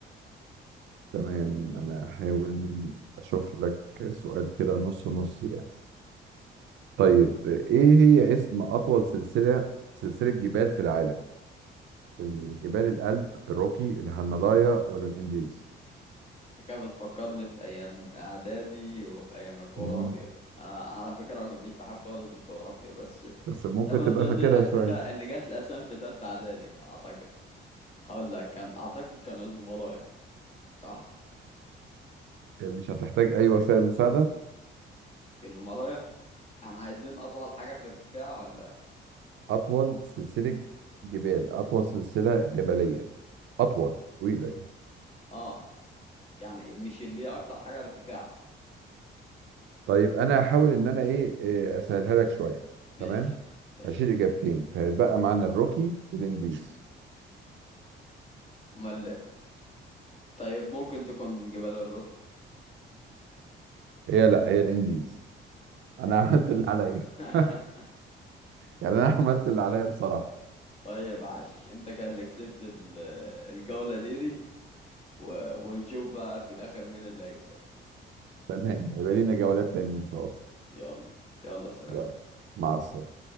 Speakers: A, on the right (about 70°); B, on the left (about 30°).
A: <laughs> تمام انا هحاول اشوف لك سؤال كده نص نص يعني طيب ايه هي اسم اطول سلسلة سلسلة جبال في العالم الجبال الألب الروكي الهيمالايا ولا الانديز
B: انت كده بتفكرني في ايام اعدادي وفي ايام الجغرافيا
A: مم.
B: انا على فكرة ما كنتش بحب خالص الجغرافيا بس
A: بس ممكن
B: ده من
A: تبقى
B: ضمن
A: فاكرها
B: الاسئلة
A: شوية
B: اللي جات لي اصلا في تالتة اعدادي اعتقد هقول لك كان اعتقد كان الهيمالايا صح
A: مش هتحتاج اي وسائل مساعدة
B: في الهيمالايا احنا عايزين اطول حاجة في ارتفاع ولا
A: اطول سلسلة جبال اطول سلسلة جبلية اطول طويلة يعني.
B: اه يعني مش اللي هي اكتر حاجة ارتفاع
A: طيب انا هحاول ان انا ايه إيه، اسهلها لك شويه
B: ماشي
A: تمام
B: ماشي
A: هشيل اجابتين فيبقى معانا الروكي والانديز
B: امال طيب ممكن تكون جبال الروكي
A: هي لا هي الانديز انا <laughs> عملت اللي عليا <laughs>
B: <laughs>
A: يعني انا عملت اللي عليا بصراحه
B: طيب عاش انت كان اللي كسبت ال- الجولة دي دي و... ونشوف بقى في الاخر مين اللي هيكسب
A: تمام هيبقى لينا جولات تانية ان شاء الله
B: يلا يلا سلام
A: يلا مع السلامه